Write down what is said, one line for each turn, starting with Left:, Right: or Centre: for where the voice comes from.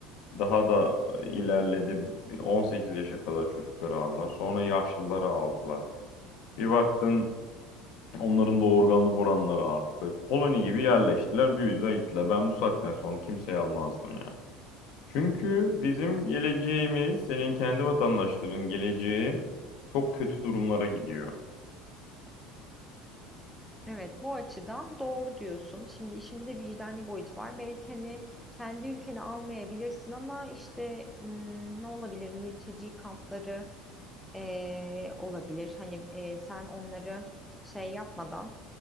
Left: daha da ilerledi. 18 yaşa kadar çocukları aldılar. Sonra yaşlıları aldılar. Bir baktın onların da organlık oranları arttı. Koloni gibi yerleştiler, büyüdüler, gittiler. Ben bu saatten sonra kimseyi almazdım ya. Çünkü bizim geleceğimiz, senin kendi vatandaşların geleceği çok kötü durumlara gidiyor.
Centre: Evet, bu açıdan doğru diyorsun. Şimdi işin bir de vicdani boyut var. Belki hani kendi ülkeni almayabilirsin ama işte hmm, ne olabilir? Mülteci kampları e, olabilir. Hani e, sen onları şey yapmadan,